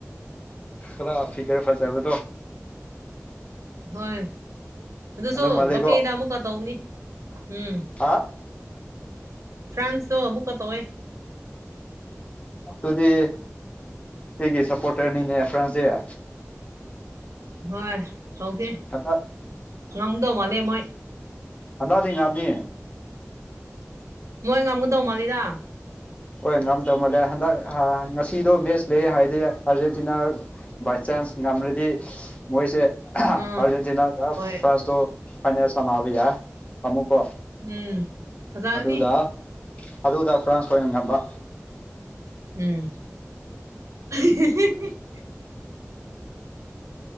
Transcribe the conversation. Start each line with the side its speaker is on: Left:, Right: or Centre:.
Left: ꯈꯔꯥ ꯐꯤꯒꯔ ꯐꯖꯕꯗꯣ
Right: ꯍꯣꯏ ꯑꯗꯨꯁꯨ
Left: ꯑꯗꯨ ꯃꯥꯜꯂꯦꯀꯣ
Right: ꯕꯄꯦꯅ ꯑꯃꯨꯛꯀ ꯇꯧꯅꯤ ꯎꯝ
Left: ꯍꯥ
Right: ꯐ꯭ꯔꯥꯟꯁ ꯇꯣ ꯃꯨꯀ ꯇꯧꯋꯦ
Left: ꯑꯗꯨꯗꯤ ꯑꯩꯒꯤ ꯁꯞꯄꯣꯔꯇꯔꯅꯤꯅꯦ ꯐ꯭ꯔꯥꯟꯁꯗꯦ
Right: ꯍꯣꯏ ꯇꯧꯁꯦ
Left: ꯍꯟꯗꯛ
Right: ꯉꯝꯗꯧ ꯃꯥꯜꯂꯦ ꯃꯣꯏ
Left: ꯍꯪꯒꯔꯥꯗꯩ ꯉꯥꯃꯤ
Right: ꯃꯣꯏ ꯉꯥꯡ ꯒꯗꯧ ꯃꯥꯜꯂꯤꯗ
Left: ꯍꯣꯏ ꯉꯝꯗꯧꯃꯜꯂꯦ ꯍꯟꯗꯛ ꯑ ꯉꯁꯤꯗꯣ ꯃꯦꯠꯆ ꯂꯩꯌꯦ ꯍꯥꯏꯗꯦ ꯑꯥꯔꯖꯦꯟꯇꯤꯅꯥ ꯕꯥꯏ ꯆꯥꯟꯁ ꯉꯝꯂꯗꯤ ꯃꯣꯏꯁꯦ ꯑꯍ
Right: ꯎꯝ
Left: ꯑꯔꯖꯦꯟꯇꯤꯅꯥꯒ
Right: ꯍꯣꯏ
Left: ꯐ꯭ꯔꯥꯟꯁꯇꯣ ꯐꯥꯏꯅꯦꯜ ꯁꯥꯟꯅꯕ ꯌꯥ ꯑꯃꯨꯛꯀꯣ
Right: ꯎꯝ ꯐꯖꯒꯅꯤ
Left: ꯑꯗꯨꯗ ꯑꯗꯨꯗ ꯐ꯭ꯔꯥꯟꯁ ꯑꯣꯏꯅ ꯉꯝꯕ
Right: ꯎꯝ <unintelligible>